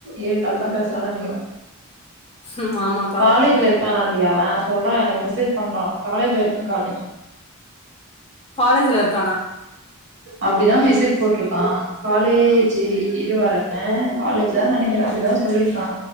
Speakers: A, on the right; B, on the left.
A: ஏழு கால்லா பேசலானு நெனைக்கிறே
B: ம் ஆமாக்கா.
A: காலேஜ்ல இருக் கானாண்டி அவெ சொல்றா எனக்கு மெசேஜ் பண்றா காலேஜ்ல இருக்கேன்க்கானு
B: காலேஜ்ல இருக்கானா
A: அப்டிதா மெசேஜ் போட்ருக்கா காலேஜ் இரு வர காலேஜ் தா நெனைக்கிறே அப்டிதா சொல்லிருக்கா